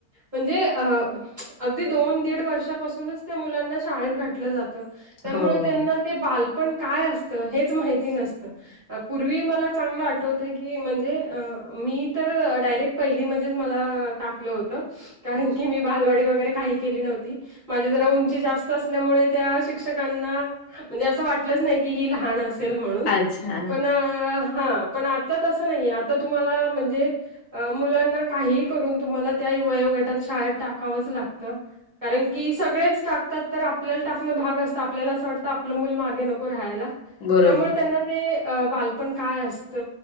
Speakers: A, on the right (about 35°); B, on the left (about 75°).
A: म्हणजे अ अगदी दोन दीड वर्षापासूनच त्या मुलांना शाळेत घातलं जातं त्यामुळे
B: हो.
A: त्यांना ते बालपण काय असतं हेच माहिती नसतं. पूर्वी मला चांगलं आठवतय की म्हणजे मी तर डायरेक्ट पहिली मध्येच मला टाकलं होत कारण की मी बालवाडी वगैरे काही केली नव्हती माझी जरा उंची जास्त असल्यामुळे त्या शिक्षकाना म्हणजे अस वाटलच नाही की लहान सेल म्हणून
B: अच्छा.
A: पण हा पण आता तसं नाहीये आता तुम्हाला म्हणजे अ मुलांना काहीही करून तुम्हाला त्या वयोगटात शाळेत टाकावंच लागत.
B: <inaudible> <unintelligible>
A: कारण की सगळेच टाकतात तर आपल्याला टाकणं भाग असतं आपल्याला असं वाटतं आपलं मूल मागे नको राहायला.
B: बरोबर.
A: त्यामुळे त्यांना ते बालपण काय असत